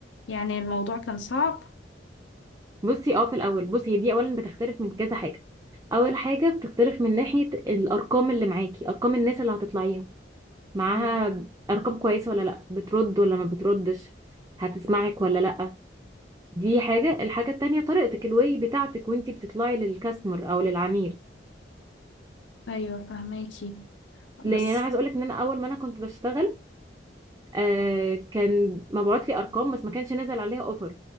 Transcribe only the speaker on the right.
بصي اه في الأول بصي هي دي أولا بتختلف من كذا حاجة اول حاجه بتختلف من ناحيه الارقام اللي معاكي ارقام الناس اللي هتطلعيها معاها
ارقام كويسه ولا لا بترد ولا ما بتردش هتسمعك ولا لا دي حاجه الحاجه التانية طريقتك الواي بتاعتك وانتي بتطلعي للكاستمر او للعميل
لان
انا عايز اقولك ان انا اول ما انا كنت بشتغل آه كان مبعوت لي ارقام بس ما كانش نازل عليها اوفر